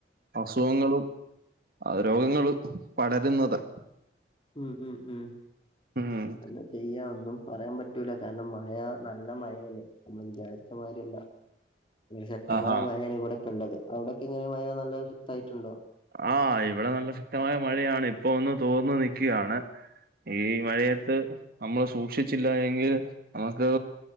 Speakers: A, on the right; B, on the left.
A: അസുഖങ്ങളും രോഗങ്ങളും പടരുന്നത്.
B: ഉം ഉം
A: ഉം
B: എന്താ ചെയ്യാ ഒന്നും പറയാൻ പറ്റ കാരണം മഴ നല്ല മഴേണ് നമ്മൾ വിചാരിച്ചമാതിരല്ല. ശക്തമായ
A: ആഹ്
B: മഴാണ് ഇവിടെക്കെ ഉള്ളത്. അവിടൊക്കെ ഇങ്ങനെ മഴ നല്ല ശക്തായിട്ടുണ്ടോ?
A: ആ ഇവിടെ നല്ല ശക്തമായ മഴയാണ്. ഇപ്പൊ ഒന്ന് തോർന്നു നിൽക്കയാണ്. ഈ മഴയത്ത് നമ്മള് സൂക്ഷിച്ചില്ല എങ്കിൽ നമുക്ക്.